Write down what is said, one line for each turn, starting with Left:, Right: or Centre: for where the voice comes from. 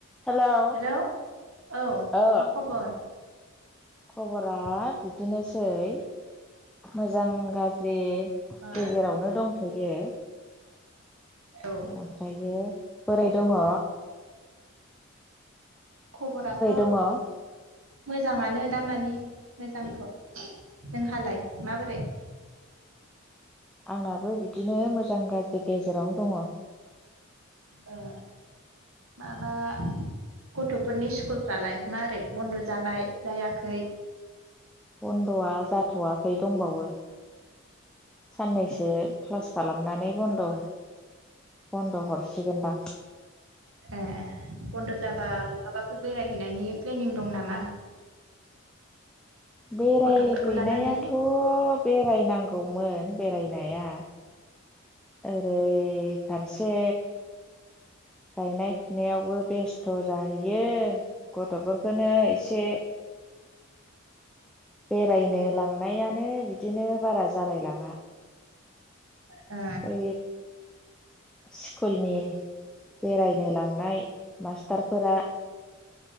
Centre: हेल' औ
Right: हेलौ औ
Centre: ।
Right: मा खबर?
Centre: खबरा बिदिनोस सै मोजां गाज्रि
Right: ओ
Centre: गेजेरावनो दंथ'यो
Right: औ
Centre: ओमफ्रायो बोरै दङ
Right: खबराथ'
Centre: दङ अ
Right: मोजाङानो दाामानि मोजांथ' नोंहालाय माबोरै
Centre: आंनाबो बिदिनो मोजां गाज्रि गेजेरावनो दङ
Right: ओ माबा गथ'फोरनि स्कुलफ्रालाय मारै बन्द' जाबाय जायाखै
Centre: बन्द'आ जाथ'वाखै दंबावो साननैसो क्लास खालामनानै बन्द बन्द' हरसिगोनदां
Right: ए बन्द' जाबा बहाबाफोर बेरायहैनायनि प्लेनिं दं नामा?
Centre: बेरायहैनायाथ'
Right: गथ'फोरखौ लानानै
Centre: बेरायनांगौमोन बेरायनाया ओरै फारसे गायनाय फुनायावबो बेस्थ' जाहैयो गथ'फोरखौनो एसे बेरायनो लांनायानो बिदिनो बारा जालायलाङा
Right: आ
Centre: बै स्कुलनि बेरायनो लांनाय मास्टारफोरा